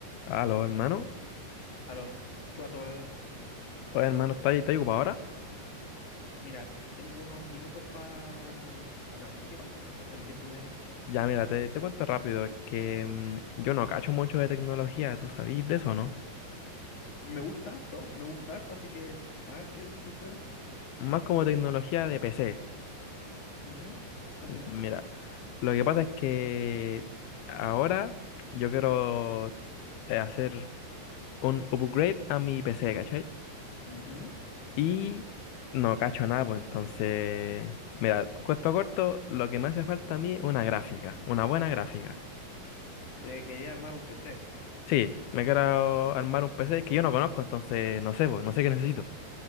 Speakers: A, on the left; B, on the left.
A: Aló, hermano.
B: Aló, ¿qué pasó brother?
A: Oye, hermano, ¿estás ahí- estás ocupado ahora?
B: Mira, tengo unos minutos para hablarte. ¿Qué pasó? Cuéntame, ¿qué sucede?
A: Ya, mira, te, te cuento rápido. Es que mm, yo no cacho mucho de tecnología, ¿tú sabís de eso, no?
B: Me gusta harto, me gusta harto, así que a ver qué, qué sucede.
A: Más como tecnología de PC.
B: Ujú, Continúa.
A: Mira, lo que pasa es que ahora yo quiero eh, hacer un upgrade a mi PC, ¿cachai?
B: Ujú.
A: Y no cacho nada, pues entonces, mira, cuento corto, lo que me hace falta a mí es una gráfica, una buena gráfica.
B: Te quería armar un PC.
A: Sí, me quiero armar un PC que yo no conozco, entonces no sé, pues, no sé qué necesito.